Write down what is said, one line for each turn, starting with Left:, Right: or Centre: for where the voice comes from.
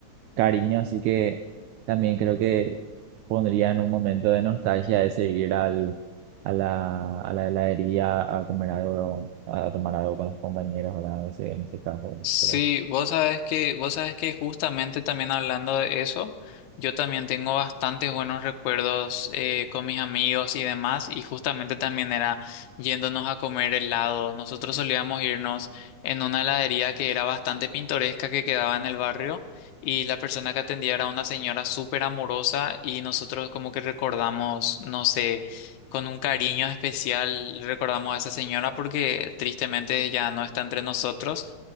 Right: cariño, así que también creo que pondría en un momento de nostalgia ese ir al, a la, a la heladería a comer algo, a tomar algo con los compañeros, ¿verdad? Ese- en ese caso,
Left: Sí,
Right: creo. que-
Left: vos sabés que, vos sabés que justamente también hablando de eso, yo también tengo bastantes buenos recuerdos eh, con mis amigos y demás, y justamente también era yéndonos a comer helado. Nosotros solíamos irnos en una heladería que era bastante pintoresca que quedaba en el barrio, y la persona que atendía era una señora súper amorosa, y nosotros como que recordamos, no sé, con un cariño especial recordamos a esa señora porque tristemente ya no está entre nosotros